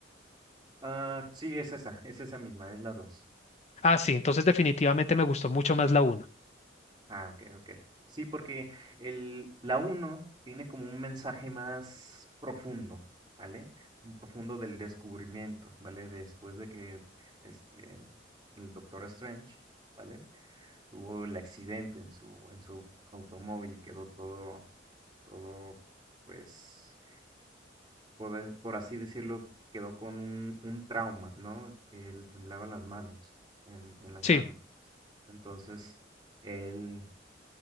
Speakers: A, on the right; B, on the left.
A: Ah, sí, es esa, es esa misma, es la 2.
B: Ah, sí, entonces definitivamente me gustó mucho más la uno.
A: Ah, ok, ok. Sí, porque el, la uno tiene como un mensaje más profundo, ¿vale? Un profundo del descubrimiento, ¿vale? Después de que este, el Doctor Strange, ¿vale? Tuvo el accidente en su, en su automóvil y quedó todo, todo, pues, por, por así decirlo, quedó con un, un trauma, ¿no? Que le temblaban las manos, en, en las
B: Sí,
A: manos. Entonces, él